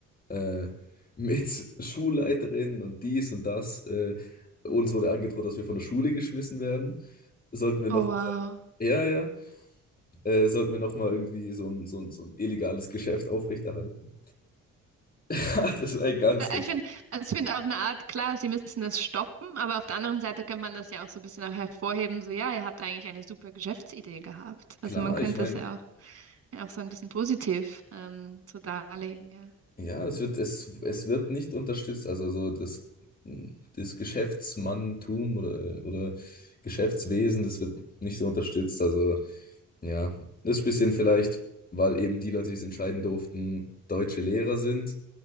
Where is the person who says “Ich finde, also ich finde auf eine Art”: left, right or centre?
Right